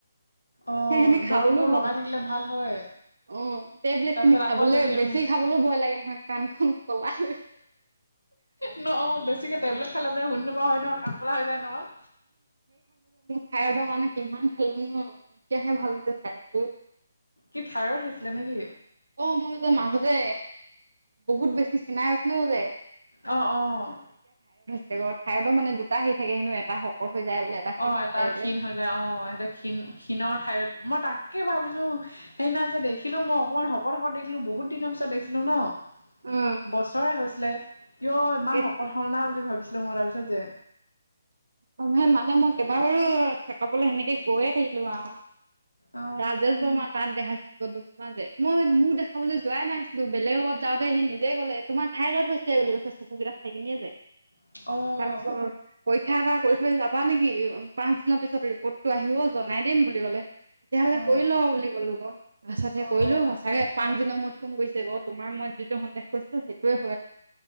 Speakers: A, on the left; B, on the right.
A: অ',
B: সেইখিনি খাবলৈও
A: দৰববোৰ
B: ভ
A: লগাই থাকিলে ভাল হয়।
B: অ', টেবলেট
A: তাৰপিছত
B: খিনি
A: আকৌ
B: খাবলৈ
A: যদি
B: বেছি
A: উম
B: খাবলৈও ভয় লাগে নহয় কাণখন কলা হৈ
A: ন অ', বেছিকে টেবলেট খালে যে শুনি নোপোৱা হয় ন কান কলা হৈ যায় নহয়।
B: থাইৰইডৰ কাৰণে কিমান খালোঁ নহয়, এতিয়াহে ভাল হৈছে খাইৰডটো।
A: কি থাইৰড হৈছিলে নেকি?
B: মোৰ যে মাজতে বহুত বেছি খিনাই গৈছিলো যে
A: অ', অ'।
B: তে থাইৰইডৰ মানে দুটা হেৰী থাকে হেনো এটা শকত হৈ যায় বোলে ক্ষীণ
A: অ',
B: হৈ
A: এটা
B: যায় বোলে
A: ক্ষীণ হৈ যায় অ সেইটো ক্ষীণ ক্ষীণৰ থাইৰইড। মই তাকে ভাবিছো সেইদিনা যে দেখিলো মই অকমান শকত শকত দেখিলো, বহুত দিনৰ পিছত দেখিলো ন',
B: উম
A: বছৰে হৈছে ছিলে ইয়'
B: তাকে
A: ইমান শকত হল না বুলি ভাবিছিলো মই তাৰপিছত যে।
B: মানে মই কেইবাবাৰো চেকাপলৈ সেনেকে গৈয়ে থাকিলো আৰু।
A: অ
B: ৰাজেশ বৰ্মা তাত দেখাইছিলোঁ <unintelligible> যে। মই মোক দেখাবলৈ যোৱাই নাছিলো বেলেগ লগত যাওঁতে সি নিজে ক'লে তোমাৰ থাইৰইড হৈছে বুলি কৈছে চকু কেইটা চাই কিনিয়ে যে
A: উম
B: তাৰপিছত পৰীক্ষা এটা কৰি থৈ যাবা নেকি? পাঁচ দিনৰ পিছত ৰিপৰ্টটো আহিব জনাই দিম বুলি ক'লে। তেতিয়াহ'লে
A: অ
B: কৰি
A: অ
B: লওঁ বুলি কলো আক' পাছত
A: অ',
B: সে কৰিলো
A: অ',
B: সঁচাকে পাঁচ দিনৰ মূৰত ফোন কৰিছে আকৌ তোমাৰ মই যিটো সন্দেহ কৰিছিলো সেইটোয়ে